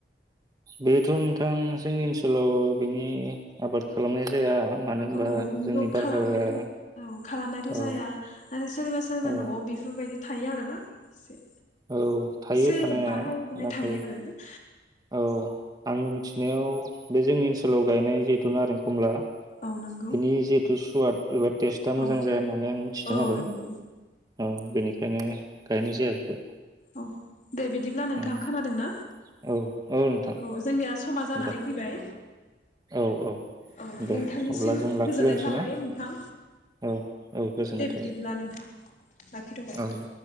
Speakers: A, on the right (about 20°); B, on the left (about 45°).
A: बेथ' नोंथां जोंनि ओनसोलाव बिनि आबाद खालामनाय जाया। मानो होनबा
B: औ नोंगौ
A: जोंनि बारहावाया
B: खालामनायथ' औ खालामनायथ'
A: औ
B: जाया आरो सोरबा सोरबा
A: औ
B: न'आव बेफोरबायदि थायो आरोना। से
A: औ थायो
B: इसे
A: थानाया
B: बाहाय बाहाय
A: नाथाय
B: थायो आरो ना।
A: औ आ आंनि मिथिनायाव बे जोंनि ओनसोलाव गायनाय जिहेथुुन नारें आरो खमला
B: औ नंगौ
A: बेनि जिहेथु सुवाद एबा टेस्टआ मोजां
B: औ
A: जाया होननानै आं मिथिदों
B: औ
A: आरो
B: नंगौ
A: ओ बेनि खायनो गायनाय जाया बेखौ।
B: औ दे बिदिब्ला नोंथां
A: औ
B: खोनादों ना
A: औ नोंथां
B: औ जोंनिया समा जानानै
A: दे
B: फैबाय
A: औ औ
B: औ
A: दे
B: नोंथांनिसिम
A: अब्ला जों लाखिलायनोसै
B: गोजोननाय थाबाय
A: ना
B: नोंथां
A: औ औ गोजोननाय
B: दे
A: थाबाय
B: बिदिब्ला नोंथां लाखिथ'बाय
A: औ दे